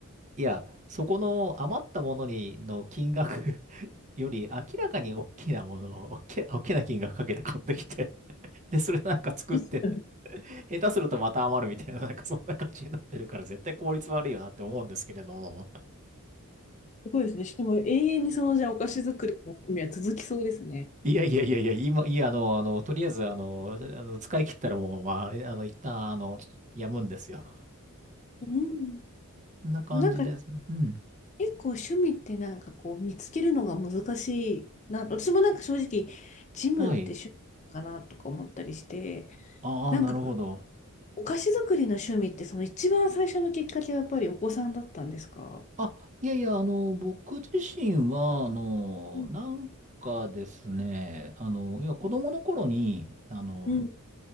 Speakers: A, on the right; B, on the left.
A: いや、そこの余ったものにの金額 <laughs> より明らかに大きなものを、大き、大きな金額かけて買ってきてで、それなんか作って
B: <laughs> す
A: 下手するとまた余るみたいな、なんかそんな感じになってるから、絶対効率悪いよなって思うんですけれども。
B: ごいですね。しかも永遠にそのじゃあお菓子作りの趣味は続きそうですね。
A: いやいやいやいや、今、いや、あの、あの、とりあえず、あの、あの使い切ったらもう、まあ、あの、一旦、あの、やむんですよ。
B: うん
A: こんな感じです。
B: なんか
A: うん。
B: 結構趣味ってなんかこう見つけるのが難しいな。私もなんか正直ジムって趣味なのかなとか思ったりして、
A: はい。ああ、
B: なんか
A: なるほど。
B: お菓子作りの趣味って、その一番最初のきっかけはやっぱりお子さんだったんですか
A: あ、いやいや、あの、僕自身は、あの、
B: うん
A: なんかですね、あの、要は子供の頃に、あの、
B: うん。